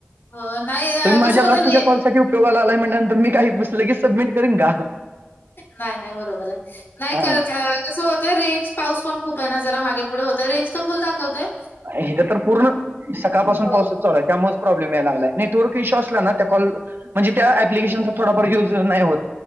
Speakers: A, on the left; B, on the right.
A: हो, नाही अ,
B: तुम्ही माझ्या
A: कसं होतं
B: लास्टच्या
A: रे
B: कॉल साठी उपयोगाला आलाय मी काही लगीच सबमिट करीन का?
A: नाही नाही बरोबर आहे, नाही
B: हा
A: <unintelligible> कसं होतय रेंज पाऊस पण खूप आहे ना जरा मागे पुढे होतय रेंज तर फुल दाखवतेय.
B: येथे तर पुर्ण सकाळ पासून
A: हो.
B: पाऊस चालू हाय. त्यामुळे प्रॉब्लेम यायलागलाय नेटवर्क इशू असला ना त्या कॉल म्हणजे त्या एप्लीकेशन चा थोडाफार युज नाही होत.